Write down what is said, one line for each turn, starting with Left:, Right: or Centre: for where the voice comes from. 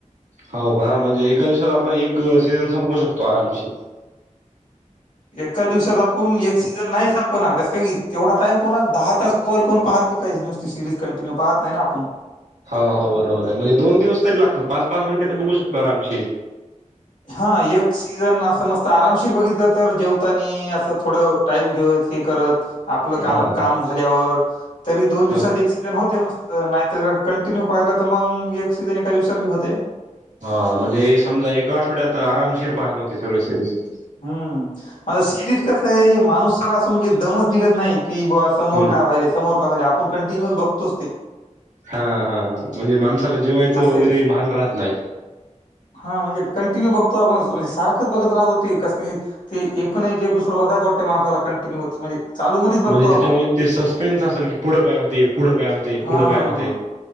Right: हो का म्हणजे एका दिवसात आपण एक सीझन संपवू शकतो आरामशीर.
Left: एका दिवसात आपण एक सीझन नाही संपवणार कस की तेवढा टाइम कोण दहा तास मोबाईल कोण पाहते का सिरीज कंटिन्यू पाहत नाही ना आपण.
Right: हा हो बरोबर आहे म्हणजे दोन दिवस तरी लागतात पाच पाच घंटे तर बघू शकतो आरामशीर.
Left: हा एक सीजन असं मस्त आरामशीर बघितलं तर जेवतानी असं थोडं टाईम घेत हे करत आपलं
Right: हा
Left: काम काम
Right: हा
Left: झाल्यावर तरी दोन दिवसात
Right: ह
Left: एक सीजन होते मस्त नायतर कंटिन्यू पाहिला तर मग एक सीजन एका दिवसात बी होते.
Right: हा म्हणजे समजा एक आठवड्यात आरामशीर पाहान होते सगळे सीजन.
Left: हम आता सिरीज कस आहे माणुसाला असं म्हणजे दमच निघत नाही कि बा समोर
Right: हम्म
Left: का व्हाले समोर का व्हाले आपण कंटिन्यु बघतोच ते.
Right: हा हा हा म्हणजे माणसाला जेवायचं
Left: असं
Right: वगैरे
Left: आहे
Right: भान राहत नाय.
Left: हा म्हणजे कंटिन्यू बघतो आपण सारखंच बघत राहत होते कस ते एकूण एक एपिसोड बघायच वाटते माणसाला कंटिन्यु अस म्हणजे चालू मध्येच बघतो
Right: म्हणजे त्याच्यामध्ये
Left: आपण
Right: ते सस्पेन्स असेल की पुढं काय होते पुढं काय होते
Left: हा
Right: पुढं काय होते.